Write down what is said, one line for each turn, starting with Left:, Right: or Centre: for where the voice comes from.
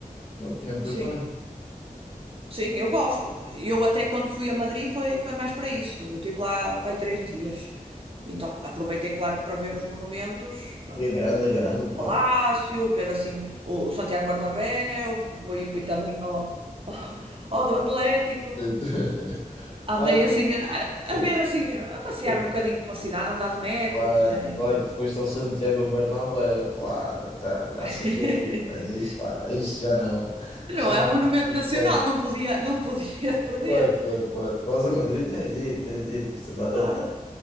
Left: na opinião que
Right: Sim.
Left: eu tenho.
Right: Sim, eu gosto. Eu até quando fui a Madrid foi, foi mais para isso. Eu estive lá para aí três dias. Então aproveitei, claro, para ver os monumentos,
Left: E é grande, é grande o parque.
Right: Palácio, ver assim o o Santiago Bernabéu, fui, fui também ao, <laughs> ao do Atlético.
Left: <laughs>
Right: Andei
Left: Ah,
Right: assim a,
Left: tu-
Right: a ver assim, a a passear
Left: tu- tu-
Right: um bocadinho pela cidade, andar de metro,
Left: claro,
Right: que tem.
Left: claro que foste ao Santiago Bernabéu, claro, então, já
Right: <laughs>
Left: sabia, mas isso, pá, isso já não,
Right: Não,
Left: já não
Right: é um monumento
Left: temos
Right: nacional,
Left: planos.
Right: não podia, não podia <laughs> perder.
Left: Claro, claro, claro. Mas a Madrid tens dito, tens dito, tens toda a
Right: Claro,
Left: razão.